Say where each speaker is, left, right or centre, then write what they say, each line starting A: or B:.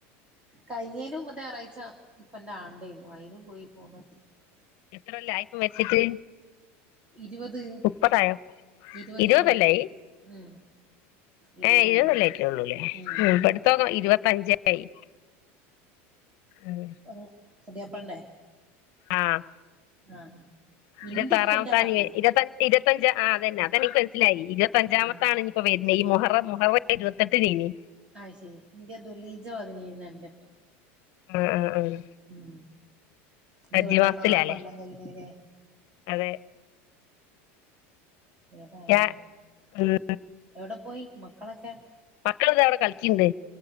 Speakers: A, on the right; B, on the left.
A: കൈയേനു മുമ്പത്തെ ഞാറാഴ്ച ഇപ്പന്റെ ആണ്ടേനു അയിന് പോയി പോന്ന്
B: എത്ര കൊല്ലം ആയി ഉപ്പ മരിച്ചിട്ട്
A: ഇരുപത്
B: മുപ്പത്തയോ
A: ഇരുപത്
B: ഇരുവോ
A: ഇരുപത്
B: കൊല്ലായി
A: ഉം ഇരുപത്
B: ഏ ഇരുപതല്ലായിക്കെ
A: കൊല്ലം
B: ഉള്ളൂല്ലേ
A: ഉം
B: ഇപ്പടുത്തക്കെ
A: ഉം
B: ഇരുപത്തഞ്ചായി ഉം
A: <unintelligible> പുതിയാപ്ലന്റെ
B: ആഹ്
A: ആഹ് ഇന്റെപ്പന്റാ
B: ഇരുത്തി ആറാമത്താണ്
A: പറഞ്ഞേ
B: ഇ ഇരുത്തഞ്ചച് ആ അതന്ന അതെനിക്ക് മനസ്സിലായി ഇരുപത്തഞ്ചാമത്താണ്നി
A: ആഹ്
B: ഇപ്പ വരുന്ന ഈ മുഹറം മുഹറംന്ന ഇരുപത്തെട്ട് കഴിഞ്ഞ്
A: ആഹ്ശരി ഇന്റെ ദുലൈജ പതിനെയിന്ന എന്റെപ്പ
B: ആഹ് ആഹ് ആഹ്
A: ഉം ഇത്
B: അജ്ജി
A: പെട്ടെന്നാ
B: മാസത്തിലല്ലേ
A: കൊല്ലം കഴിയണല്ലേ
B: അതെ.
A: ഏതായാലും.
B: ഞാ ഉം
A: എവിടെ പോയി മക്കളൊക്കെ?
B: മക്കൾ ഇത അവിടെ കളിക്ണ്ട്